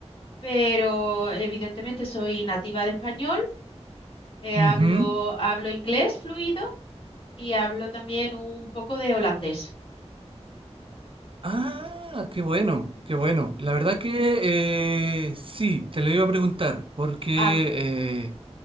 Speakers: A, on the left; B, on the right.
A: pero evidentemente soy nativa de español, eh, hablo,
B: Ujú.
A: hablo inglés fluido y hablo también un poco de holandés.
B: Ah, qué bueno, qué bueno.
A: Ujú.
B: La verdad que eh, sí, te lo iba a preguntar, porque
A: Ah,
B: eh,